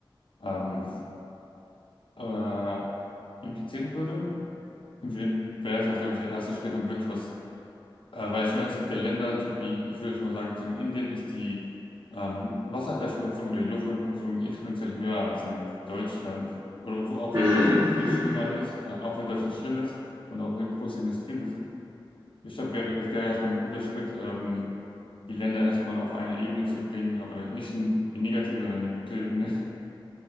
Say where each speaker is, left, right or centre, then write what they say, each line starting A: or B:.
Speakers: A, on the left (about 75°); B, on the right (about 40°).
A: ähm, äh, implizieren würde, wäre es halt, glaube ich, der erste Schritt, um wirklich was äh, weil ich meine, es gibt ja Länder, zum Beispiel, ich würde jetzt mal sagen, jetzt in Indien ist die ähm, Wasserverschmutzung oder die Luftverschmutzung exponentiell höher als in Deutschland. Oder wo, auch
B: hm,
A: wenn
B: hm,
A: Deutschland viel
B: hm,
A: schlimmer
B: hm.
A: ist, äh, auch wenn Deutschland schlimm ist und auch eine große Industrie besitzt. Ich glaube, wär, das wäre erstmal ein guter Schritt, ähm, die Länder erstmal auf eine Ebene zu bringen, aber nicht in die negative, sondern in die gute Ebene. <laughs>